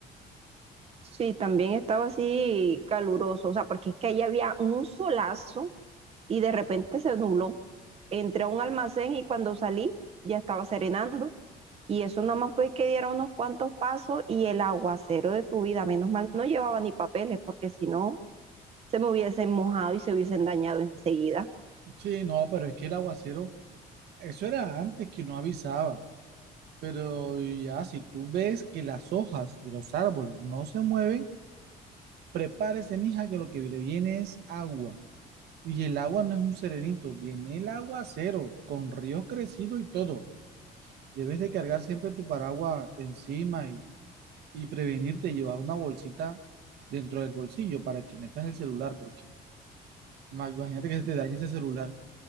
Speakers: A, on the right; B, on the right.
A: Sí, también estaba así caluroso, o sea, porque es que ahí había un solazo y de repente se nubló. Entré a un almacén y cuando salí ya estaba serenando y eso nada más fue que diera unos cuantos pasos y el aguacero de tu vida, menos mal no llevaba ni papeles porque si no se me hubiesen mojado y se hubiesen dañado enseguida.
B: Sí, no, pero es que el aguacero, eso era antes que no avisaba, pero ya si tú ves que las hojas de los árboles no se mueven, prepárese, mija, que lo que le viene es agua. Y el agua no es un serenito, viene el aguacero, con ríos crecidos y todo. Debes de cargar siempre tu paraguas encima y, y prevenirte llevar una bolsita dentro del bolsillo para que metas el celular, porque ma- imagínate que se te dañe ese celular.